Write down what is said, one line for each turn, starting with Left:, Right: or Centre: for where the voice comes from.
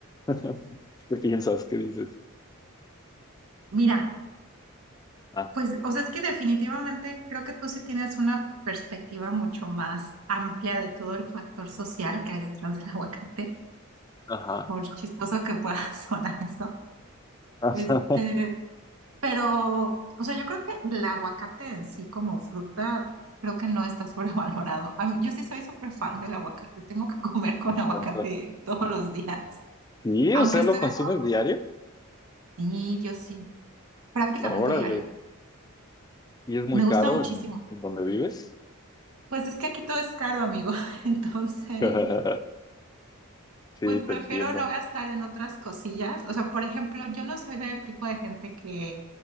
Left: <laughs> ¿Qué piensas? ¿Qué dices?
Right: Mira,
Left: Ah,
Right: pues, o sea, es que definitivamente creo que tú sí tienes una perspectiva mucho más amplia de todo el factor social que hay detrás del aguacate,
Left: ajá.
Right: por chistoso que pueda <laughs> sonar eso.
Left: <laughs> ajá.
Right: Este, Pero, o sea, yo creo que el aguacate en sí como fruta, creo que no está <laughs> sobrevalorado. A mí- yo sí soy súper fan del aguacate. Tengo que comer con
Left: Me encanta.
Right: aguacate <laughs> todos los días.
Left: Sí,
Right: Aunque
Left: o sea,
Right: estoy
Left: lo consumes
Right: de acuerdo.
Left: diario.
Right: Sí, yo sí, prácticamente
Left: Órale.
Right: diario.
Left: Y es muy
Right: Me gusta
Left: caro
Right: muchísimo.
Left: en, en donde vives.
Right: Pues es que aquí todo es caro, amigo. <laughs> Entonces,
Left: <laughs> Sí,
Right: pues
Left: te
Right: prefiero
Left: entiendo.
Right: no gastar en otras cosillas. O sea, por ejemplo, yo no soy del tipo de gente que,